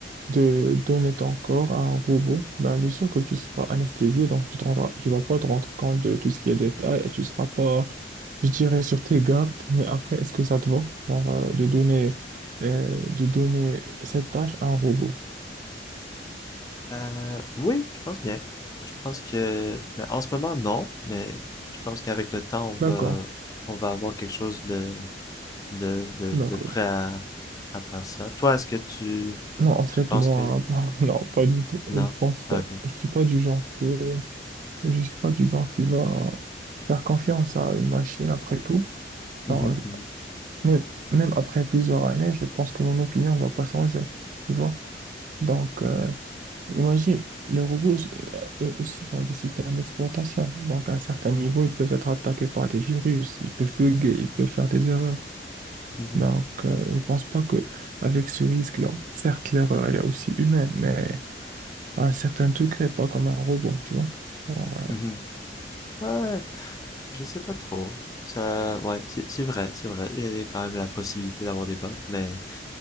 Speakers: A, on the right; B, on the left.
A: de donner ton corps à un robot, ben bien sûr que tu seras anesthésié, donc tu te rendras- tu vas pas te rendre compte de tout ce qui est détail et tu seras pas, je dirais, sur tes gardes. Mais après, est-ce que ça te va, genre, euh, de donner, euh, de donner cette tâche à un robot?
B: Euh, oui, je pense bien. Je pense que, mais en ce moment, non, mais je pense qu'avec le temps, on va,
A: D'accord,
B: on va avoir quelque chose de, de, de,
A: d'accord.
B: de prêt à, à faire ça. Toi, est-ce que tu,
A: Non, en fait,
B: tu penses
A: moi,
B: que, ouais.
A: <laughs> non, pas du tout.
B: non?
A: Je pense pas.
B: Ah, ok.
A: Je suis pas du genre que, je suis pas du genre qui va faire confiance à une machine après tout. Genre,
B: Mhm, mhm,
A: Même, même après plusieurs années, je pense que mon opinion ne va pas changer. Tu vois? Donc, euh, imagine, les robots, euh, eux aussi, font des systèmes d'exploitation. Donc, à un certain niveau, ils peuvent être attaqués par des virus, ils peuvent bugger, ils peuvent faire des erreurs.
B: mhm,
A: Donc, euh, je pense pas que avec ce risque-là, certes, l'erreur, elle est aussi humaine, mais à un certain degré, pas comme un robot, tu vois? Alors,
B: mhm, mhm. Ouais, Je sais pas trop. Ça, ouais, c'est c'est vrai, c'est vrai. Il y a quand même la possibilité d'avoir des bugs, mais